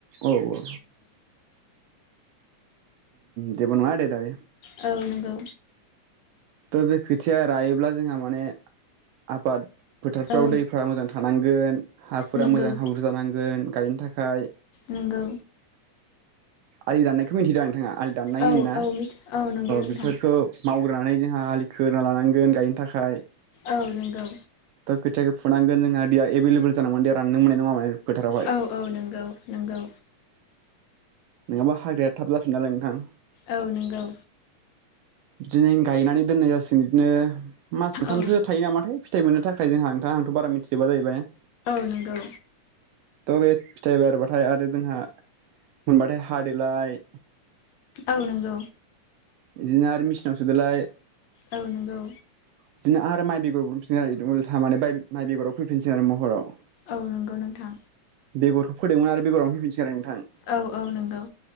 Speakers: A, on the right; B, on the left.
A: औ औ जेबो नङा दे
B: औ नंगौ
A: थ' बे खोथिया रायोब्ला जोंहा माने आबाद फोथारफ्राव
B: औ
A: दैफ्रा मोजां थानांगोन हाफोरा
B: नंगौ
A: मोजां हाब्रु जानांगोन गायनो थाखाय
B: नोंगौ
A: आलि दाननायख मिथियोदा नोंथांङा आलि दाननाय
B: औ
A: होनना
B: औ मिथि औ नंगौ नोंथां
A: बेफोरखौ मावग्रोनानै जोंहा आलि खोना लानांगोन गायनो थाखाय थाखाय
B: औ नंगौ
A: थ' खोथियाखौ फुनांगोन जोंहा दैया एभेलेबल जानांगोन दे रानदों मोननाय नङा माने फोथारावहाय
B: औ औ नंगौ नंगौ
A: नङाबा हाग्राया थाब जाफिनो नालाय नोंथां
B: औ नंगौ
A: बिदिनो गायनानै दोननाय जासिगोन बिदिनो मास मोनथामसो
B: औ
A: थायो नामाथाय फिथाइ मोननो थाखाय जोंहा नोंथां आंथ' बारा मिथिजोबा जाहैबाय
B: नोंगौ
A: थ' बे फिथाइ बारबाथाय आरो जोंहा मोनबाथाय हादोलाय
B: औ नंगौ औ नंगौ
A: बिदिनो आरो मेचिनाव सोदोलाय
B: औ नंगौ
A: बिदिनो आरो माइ बेगरबोफिन आरो म माइ बेगराव फैफिनसै आरो महराव
B: औ नंगौ नोंथां
A: बेगरखौ फोदोंमोन आरो बेराव फैफिनसिगोन आरो नोंथां
B: औ औ नोंगौ